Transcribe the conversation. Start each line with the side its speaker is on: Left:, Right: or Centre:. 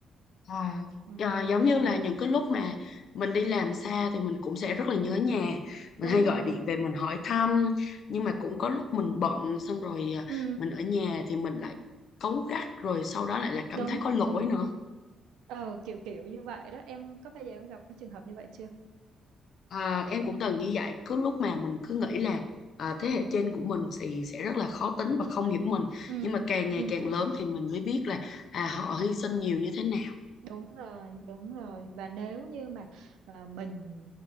Left: À,
Right: ừ,
Left: à, giống
Right: ừ
Left: như là những cái lúc mà mình đi làm xa thì mình cũng sẽ rất là nhớ nhà mình
Right: đúng
Left: hay gọi
Right: rồi
Left: điện về mình hỏi thăm nhưng mà cũng có lúc mình bận xong rồi à,
Right: ừ,
Left: mình ở nhà thì mình lại cáu gắt rồi sau đó lại là cảm
Right: đúng
Left: thấy có lỗi
Right: ừ.
Left: nữa
Right: ờ, kiểu kiểu như vậy đó em có bao giờ em gặp cái trường hợp như vậy chưa
Left: à, em cũng từng như vậy cứ lúc mà mình cứ nghĩ là à, thế hệ trên của mình thì sẽ rất là khó tính và không hiểu mình
Right: ừ
Left: nhưng mà càng ngày
Right: ừ
Left: càng lớn thì mình mới biết là à, họ hy sinh nhiều như thế nào
Right: Đúng rồi, đúng rồi. Và nếu như mà à, mình